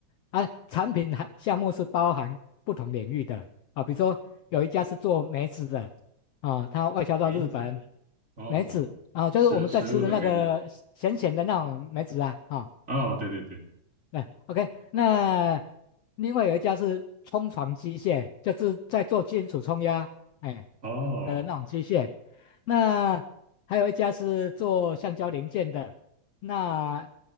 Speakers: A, on the left (about 70°); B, on the right (about 25°).
A: 啊，产品还项目是包含不同领域的啊，比如说有一家是做梅子的，啊，它外销到日本，
B: 梅子，哦，
A: 梅子啊，
B: 哦食食物的梅子。
A: 就是我们在吃的那个咸咸的那种梅子啊，啊、
B: 哦，对对对。
A: 对，OK，那另外有一家是冲床机械，就是在做金属冲压，哎，
B: 哦，
A: 呃，那种机械。那还有一家是做橡胶零件的，那